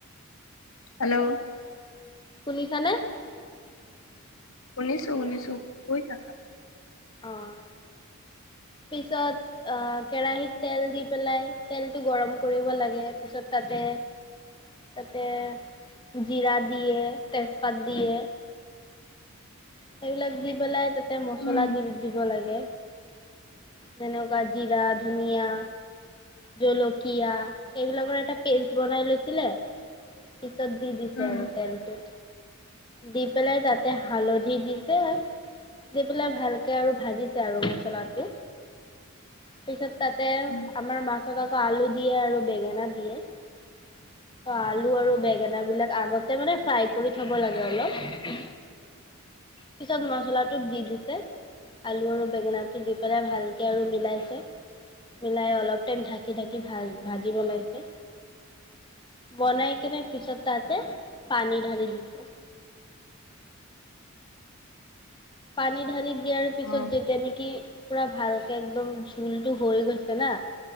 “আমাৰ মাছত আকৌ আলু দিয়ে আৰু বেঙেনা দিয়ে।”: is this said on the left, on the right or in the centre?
Left